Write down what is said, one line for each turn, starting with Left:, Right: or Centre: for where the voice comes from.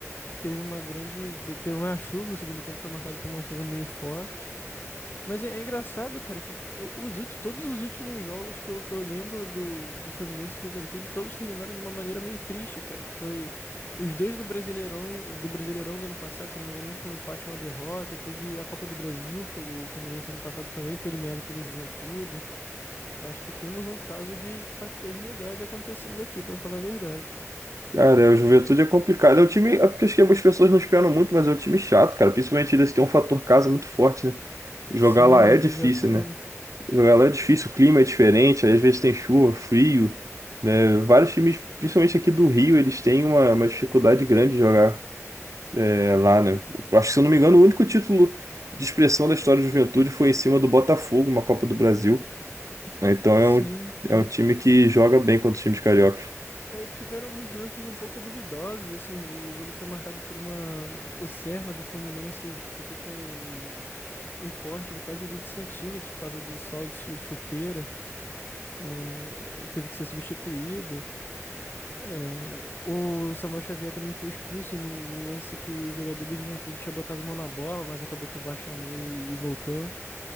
Left: Teve uma grande. de- Teve uma chuva, o segundo tempo foi marcado por uma chuva meio forte. Mas é, é engraçado, cara, que eu- os, ulti- todos os últimos jogos que eu, que eu lembro do, do Fluminense e Juventude, todos terminaram de uma maneira meio triste, cara. Foi os dois do Brasileirão, do Brasileirão do ano passado, se eu não me engano, um foi um empate e uma derrota. Teve a Copa do Brasil, Flu- o Fluminense ano passado também foi eliminado pelo Juventude. Acho que temos um caso de paternidade acontecendo aqui, pra falar a verdade.
Right: Cara, é, o Juventude é complicado. É um time. É porque acho que algumas pessoas não esperam muito, mas é um time chato, cara. Principalmente eles têm um fator casa muito forte, né? Jogar
Left: Sim,
Right: lá
Left: no
Right: é
Left: Alfredo
Right: difícil,
Left: Jaconi.
Right: né? Jogar lá é difícil, o clima é diferente, aí às vezes tem chuva, frio, né? Vários times, principalmente aqui do Rio, eles têm uma, uma dificuldade grande de jogar é, lá, né? Eu Acho que, se eu não me engano, o único título de expressão da história do Juventude foi em cima do Botafogo, uma Copa do Brasil. né? Então
Left: Sim,
Right: é um,
Left: sim.
Right: é um time que joga bem contra os times cariocas.
Left: É, tiveram alguns lances um pouco duvidosos, assim, o jo- o jogo foi marcado por uma... O Serna do Fluminense ficou com um um corte de quase 20 centímetros por causa de sola de chu- chuteira, é, teve que ser substituído. É, o Samuel Xavier também foi expulso num num lance que o jogador do Juventude tinha botado a mão na bola, mas acabou que o VAR chamou e, e voltou.